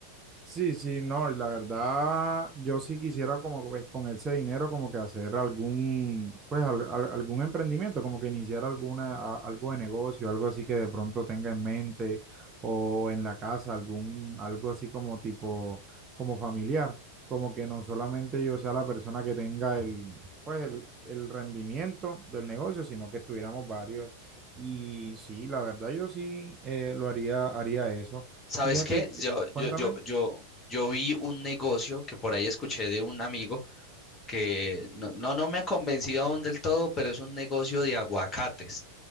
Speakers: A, on the right (about 20°); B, on the left (about 20°).
A: Sí, sí, no, y la verdad, yo sí quisiera como pues con ese dinero como que hacer algún, pues al- al- algún emprendimiento, como que iniciar alguna, a- algo de negocio, algo así que de pronto tenga en mente o en la casa, algún, algo así como tipo, como familiar, como que no solamente yo sea la persona que tenga el, pues el, el rendimiento del negocio, sino que estuviéramos varios. Y sí, la verdad yo sí eh, lo haría, haría eso.
B: ¿Sabes
A: Fíjate
B: qué?
A: que,
B: Yo,
A: cuéntame.
B: yo, yo, yo, yo vi un negocio que por ahí escuché de un amigo que no, no, no me ha convencido aún del todo, pero es un negocio de aguacates.